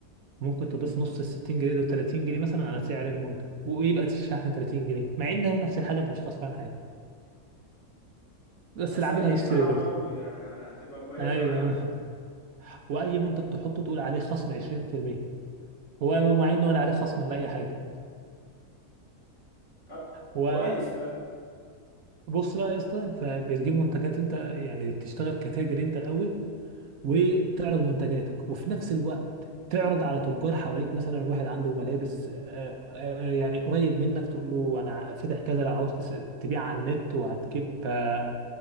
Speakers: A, on the right; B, on the left.
A: ممكن تضيف نص ال 60 جنيه دول 30 جنيه مثلا على سعر المنتج ويبقى الشحن 30 جنيه مع ان هو نفس الحاجه مش خسران حاجه بس
B: بس
A: العميل
B: هتجيب
A: هيشتري
B: معاهم
A: برضه
B: قوي يعني هتبقى كويسة
A: ايوه
B: معاهم
A: واي منتج تحطه تقول عليه خصم 20% هو مع انه ولا عليه خصم ولا اي حاجه
B: طب
A: هو
B: كويس بقى
A: بص بقى يا اسطى فبتجيب منتجات انت يعني تشتغل كتاجر انت الاول وتعرض منتجاتك وفي نفس الوقت تعرض على تجار حواليك مثلا واحد عنده ملابس آه، آه، يعني قريب منك تقول له انا فاتح كذا لو عاوز تس- تبيع على النت وهتجيب آه،